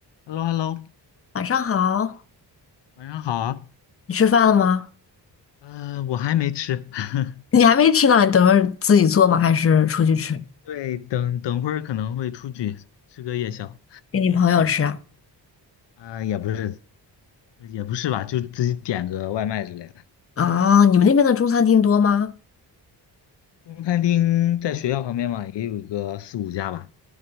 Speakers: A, on the left (about 75°); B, on the left (about 35°).
A: h e l l o h e l l o
B: 晚上好，
A: 晚上好啊。
B: 你吃饭了吗？
A: 呃，我还没吃，<laughs>
B: <laughs> 你还没吃呢，你等会儿自己做吗？还是出去吃？
A: 对，等等会儿可能会出去吃个夜宵。
B: 给你朋友吃啊？
A: 啊、也不是，也不是吧，就自己点个外卖之类的。
B: 啊，你们那边的中餐厅多吗？
A: 中餐厅在学校旁边嘛，也有个四五家吧。